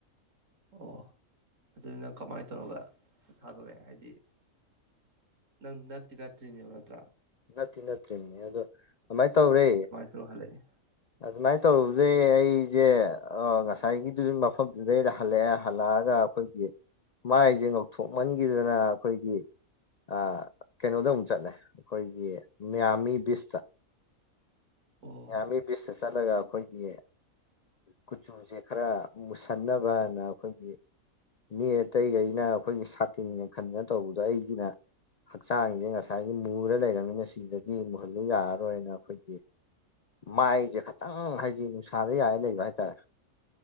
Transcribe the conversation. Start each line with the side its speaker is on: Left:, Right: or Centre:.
Right: ꯑꯣ ꯑꯗꯨꯗꯤ ꯅꯪ ꯀꯃꯥꯏꯟ ꯇꯧꯔꯒ ꯊꯥꯗꯣꯔꯛꯑꯦ ꯍꯥꯏꯗꯤ ꯅꯪ ꯅꯠꯇꯤ ꯅꯠꯇ꯭ꯔꯤꯅꯦꯕ ꯅꯠꯇ꯭ꯔ
Left: ꯅꯠꯇꯤ ꯅꯠꯇ꯭ꯔꯤꯅꯦ ꯑꯗꯣ ꯀꯃꯥꯏ ꯇꯧꯔꯦ
Right: ꯑꯗꫭ ꯍꯜꯂꯛꯑ‌ꯦ
Left: ꯑꯗꯨꯃꯥꯏꯅ ꯇꯧꯔꯨꯕꯗꯩ ꯑꯩꯁꯦ ꯑꯥ ꯉꯁꯥꯏꯒꯤꯗꯨꯁꯨ ꯃꯐꯝꯗꯨꯗꯩꯗ ꯍꯜꯂꯛꯑꯦ ꯍꯜꯂꯛꯑꯒ ꯑꯩꯈꯣꯏꯒꯤ ꯃꯥꯏꯁꯦ ꯉꯧꯊꯣꯛꯃꯟꯈꯤꯗꯅ ꯑꯩꯈꯣꯏꯒꯤ ꯑꯥ ꯀꯩꯅꯣꯗ ꯑꯃꯨꯛ ꯆꯠꯂꯦ ꯑꯩꯈꯣꯏꯒꯤ ꯃꯌꯥꯝꯃꯤ ꯕꯤꯁꯇꯥ
Right: ꯑꯣ
Left: ꯃꯤꯌꯥꯝꯃꯤ ꯕꯤꯁꯇꯥ ꯆꯠꯂꯒ ꯑꯩꯈꯣꯏꯒꯤ ꯀꯨꯆꯨꯁꯦ ꯈꯔ ꯃꯨꯁꯟꯅꯕꯅ ꯑꯩꯈꯣꯏꯒꯤ ꯃꯤ ꯑꯇꯩꯒꯩꯅ ꯑꯩꯈꯣꯏꯒꯤ ꯁꯥꯇꯤꯟꯒ ꯈꯟꯗꯅ ꯇꯧꯕꯗꯣ ꯑꯩꯒꯤꯅ ꯍꯛꯆꯥꯡꯁꯦ ꯉꯁꯥꯏꯒꯤ ꯃꯨꯔ ꯂꯩꯔꯕꯅꯤꯅ ꯁꯤꯗꯗꯤ ꯃꯨꯍꯜꯂꯨ ꯌꯥꯔꯔꯣꯏꯅ ꯑꯩꯈꯣꯏꯒꯤ ꯃꯥꯏꯁꯦ ꯈꯇꯪ ꯍꯥꯏꯗꯤ ꯅꯨꯡꯁꯥꯗ ꯌꯥꯔ ꯂꯩꯕ ꯍꯥꯏꯇꯥꯔꯦ